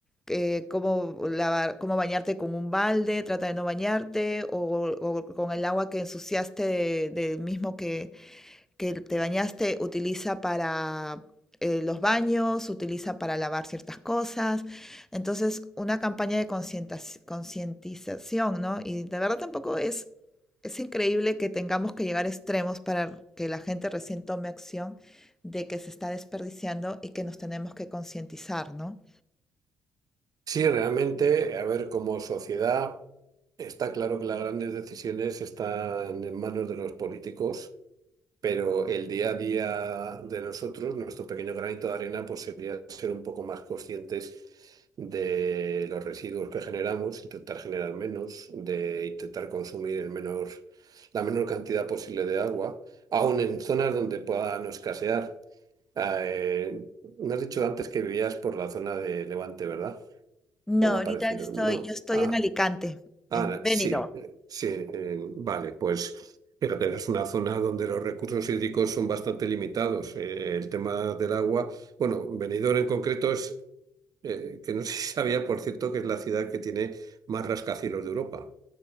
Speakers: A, in the centre; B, on the right (about 45°).
A: eh, cómo lavar, cómo bañarte con un balde, trata de no bañarte, o, o con el agua que ensuciaste de- del mismo que, que te bañaste utiliza para eh, los baños, utiliza para lavar ciertas cosas. Entonces, una campaña de concientas- concientización, ¿no? Y de verdad tampoco es, es increíble que tengamos que llegar a extremos para que la gente recién tome acción de que se está desperdiciando y que nos tenemos que concientizar, ¿no?
B: Sí, realmente, a ver, como sociedad, está claro que las grandes decisiones están en manos de los políticos. pero el día a día de nosotros, nuestro pequeño granito de arena, pues sería ser un poco más conscientes de los residuos que generamos, intentar generar menos, de intentar consumir el menor, la menor cantidad posible de agua, aun en zonas donde pueda no escasear. Ah, Eh, me has dicho antes que vivías por la zona de Levante, ¿verdad? ¿O
A: No,
B: me
A: ahorita
B: ha parecido?
A: estoy,
B: No.
A: yo estoy
B: Ah.
A: en Alicante,
B: Ah,
A: en
B: la-
A: Benidorm.
B: sí, eh, sí, eh, vale, pues fíjate, es una zona donde los recursos hídricos son bastante limitados. Eh, el tema del agua, bueno, Benidorm en concreto es, eh, que no sé si sabía, por cierto, que es la ciudad que tiene más rascacielos de Europa.